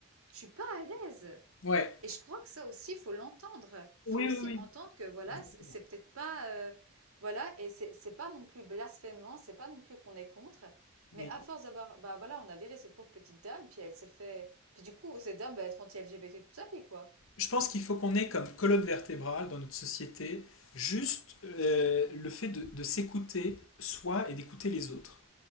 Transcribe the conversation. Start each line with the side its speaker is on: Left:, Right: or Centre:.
Right: je suis pas à l'aise.
Left: ouais.
Right: Et je crois que ça aussi, faut l'entendre. Faut
Left: Oui,
Right: aussi
Left: oui, oui.
Right: entendre que voilà,
Left: Exactement.
Right: c- c'est peut-être pas, euh, voilà, et c'est c'est pas non plus blasphémant, c'est pas non plus qu'on est contre.
Left: Mais
Right: Mais à force d'avoir, bah voilà, on a viré cette pauvre petite dame, puis elle s'est fait, puis du coup, cette dame va être anti-LGBT toute sa vie, quoi.
Left: Je pense qu'il faut qu'on ait comme colonne vertébrale dans notre société juste euh, le fait de, de s'écouter soi et d'écouter les autres.